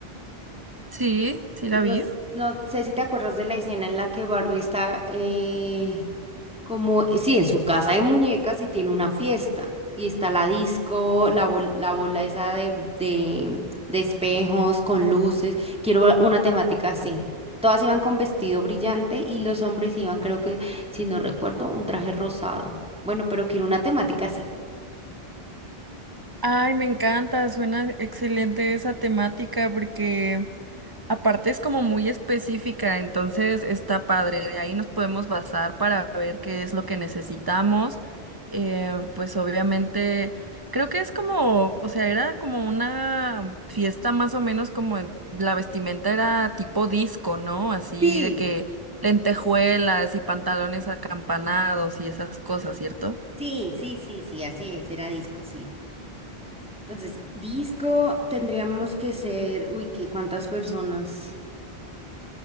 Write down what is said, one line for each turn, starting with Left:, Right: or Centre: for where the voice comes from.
Right: Sí, sí la vi.
Centre: No, s- no sé si te acuerdas de la escena en la que Barbie está eh, como, eh, sí, en su casa de muñecas y tiene una fiesta. Y está la disco, la, bol- la bola esa de, de, de espejos con luces. Quiero una temática así. Todas iban con vestido brillante y los hombres iban, creo que, si no recuerdo, un traje rosado. Bueno, pero quiero una temática así.
Right: Ay, me encanta, suena excelente esa temática porque Aparte es como muy específica, entonces está padre. De ahí nos podemos basar para ver qué es lo que necesitamos. Eh, pues obviamente, creo que es como, o sea, era como una fiesta más o menos como en- la vestimenta era tipo disco, ¿no? Así
Centre: Sí,
Right: de que lentejuelas y pantalones acampanados y esas cosas, ¿cierto?
Centre: sí, sí, sí, sí, así es, era disco, sí. Entonces, disco tendríamos que ser, uy, ¿qué? ¿Cuántas personas?